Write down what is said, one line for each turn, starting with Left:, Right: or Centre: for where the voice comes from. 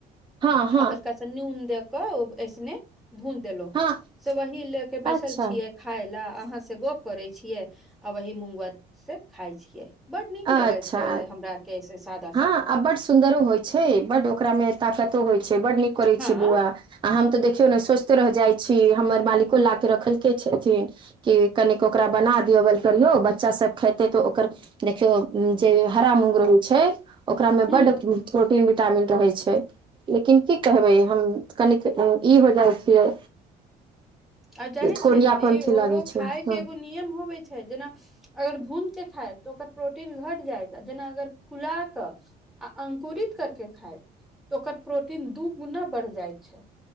Right: हँ हँ
Centre: हलका सा नून दे क ऐसने भूंज देलोह
Right: हँ
Centre: से वही ले के बैसल
Right: अच्छा
Centre: छियै खाय लए अहाँ से गप करै छियै आ वही मूंगबत से खाय छियै बड नीक
Right: अच्छा
Centre: लगे छै हमरा आर के ऐसे सादा
Right: हँ
Centre: सादा
Right: आ बड सुन्दरो होइ छै बड ओकरा मे ताकतो होइ छै बड नीक करै
Centre: हँ
Right: छै बुआ आ हम तऽ देखियौ ने सोस्थे रह जाइ छी हमर मालिको ला के रखलके छथिन के कनिक ओकरा बना दियौ बेल करियौ बच्चास सभ खेतै तऽ ओकर देखियौ जे हरा मूँंग रहै छै ओकरा मे
Centre: ह
Right: बड प्रो टिन विटामिन रहै छै लेकिन की कहबै हम कनिक ई हो जाइ छियै
Centre: आ जाने
Right: कोढ़ियापन्थी
Centre: छियै दीदी ओरो
Right: लागै छै
Centre: खाय के
Right: हँ
Centre: एगो नियम होबे छै जेना अगर भून के खाय तऽ ओकर प्रोटीन घट जायत जेना अगर फुला कऽ आ अंकुरित करके खायब तऽ ओकर प्रोटीन दू गुना बढ़ जाइत छै